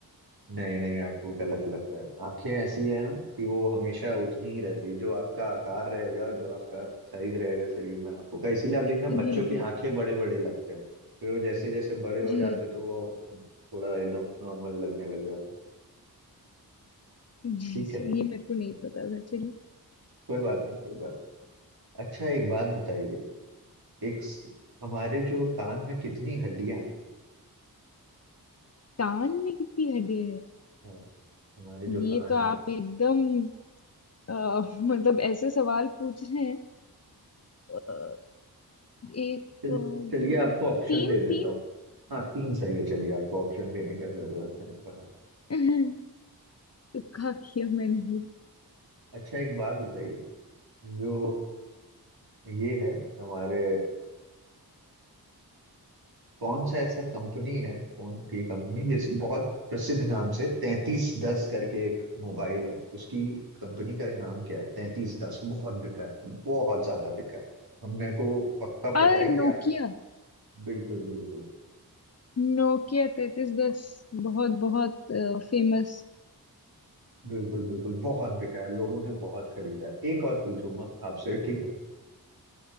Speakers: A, on the right (about 70°); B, on the left (about 40°).
A: नहीं नहीं आपको गलत लगता है आंखें ऐसी है ना कि वो हमेशा उतनी ही रहती है जो आपका आकार रहेगा जो आपका साइज रहेगा शरीर में आंखों का इसीलिए आप देखना
B: जी
A: बच्चों की
B: जी
A: आंखें बड़े बड़े लगते हैं फिर वो जैसे जैसे बड़े हो
B: जी
A: जाते हैं, तो वो थोड़ा एकदम नॉर्मल लगने लग जाता है
B: जी
A: ठीक
B: जी,
A: है
B: ये मेरे को नहीं पता था चलिए
A: कोई बात नहीं कोई बात अच्छा एक बात बताइए एक स- हमारे जो कान में कितनी हड्डियां हैं
B: कान में कितनी हड्डियां है
A: हाँ, हमारे जो
B: ये
A: कान
B: तो आप
A: है
B: एकदम अ, <laughs> मतलब ऐसे सवाल पूछ रहे हैं अ, एक
A: चल
B: अ,
A: चलिए
B: दो
A: आपको ऑप्शन
B: तीन
A: दे देता
B: तीन
A: हूँ हाँ तीन सही है चलिए आपको ऑप्शन देने का जरूरत नहीं पड़ा
B: <laughs> तो खा किया मैंने भी।
A: अच्छा एक बात बताइए जो ये है हमारे कौन सा ऐसा कंपनी है फोन की कंपनी जिस बहुत प्रसिद्ध नाम से तैतीस दस करके एक मोबाइल है उसकी कंपनी का नाम क्या है तैतीस दस बहुत बिका है बहुत ज्यादा बिका है हम- मेरे को पक्का पता
B: अ
A: है कि
B: नोकिया
A: आ, बिल्कुल बिल्कुल
B: नोकिया तैतीस दस बहुत बहुत फेमस
A: बिल्कुल बिल्कुल बहुत बिका है लोगों ने बहुत खरीदा है एक और पूछूंगा आपसे ठीक है